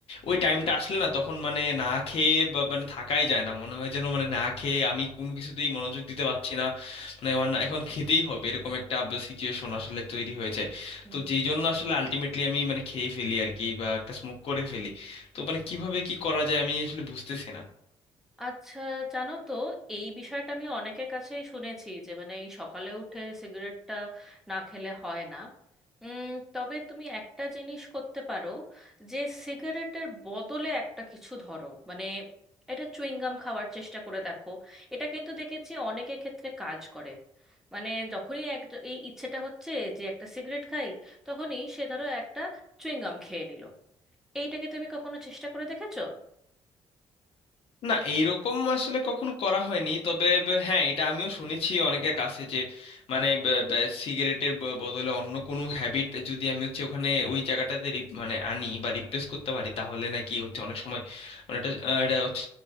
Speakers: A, on the left; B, in the centre.
A: ওই টাইমটা আসলে না তখন মানে না খেয়ে বা- মানে থাকাই যায় না মনে হয় যেন মানে না খেয়ে আমি কোনো কিছুতেই মনোযোগ দিতে পারছি না মানে আমার না এখন খেতেই হবে এরকম একটা সিচুয়েশন আসলে তৈরি হয়ে যায়
B: হুম।
A: তো যেই জন্য আসলে আলটিমেটলি আমি মানে খেয়ে ফেলি আর কি বা একটা স্মোক করে ফেলি তো মানে কিভাবে কি করা যায় আমি আসলে বুঝতেছি না
B: আচ্ছা জানো তো এই বিষয়টা আমি অনেকের কাছেই শুনেছি যে মানে এই সকালে উঠে সিগারেটটা না খেলে হয় না উম, তবে তুমি একটা জিনিস করতে পারো যে সিগারেটের বদলে একটা কিছু ধরো মানে এটা চুইংগাম খাওয়ার চেষ্টা করে দেখো এটা কিন্তু দেখেছি অনেকের ক্ষেত্রে কাজ করে মানে যখনই এক এই ইচ্ছেটা হচ্ছে যে একটা সিগারেট খাই তখনই সে ধরো একটা চুইংগাম খেয়ে নিল এইটাকে তুমি কখনো চেষ্টা করে দেখেছো
A: না এইরকম আসলে কখনো করা হয়নি তবে ব- হ্যাঁ এটা আমিও শুনেছি অনেকের কাছে যে মানে ব- ব- সিগারেটের ব- বদলে অন্য কোনো হ্যাবিট যদি আমি হচ্ছে ওখানে ওই জায়গাটাতে রি- মানে আনি বা রিপ্লেস করতে পারি তাহলে নাকি হচ্ছে অনেক সময় মানে এটা আহ, এটা হচ্ছে